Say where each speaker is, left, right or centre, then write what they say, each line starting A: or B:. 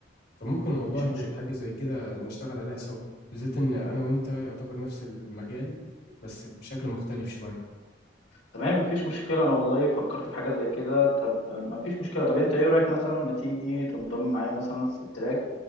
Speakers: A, on the left; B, on the left.
A: فممكن والله
B: مفيش مشكلة
A: حاجة زي كده نشتغل عليها سوا بالذات إن أنا وأنت يعتبر نفس المجال بس بشكل مختلف شوية
B: تمام مفيش مشكلة انا والله فكرت في حاجة زي كده طب مفيش مشكلة طب انت ايه رأيك مثلا ما تيجي تنضم معايا مثلا في التراك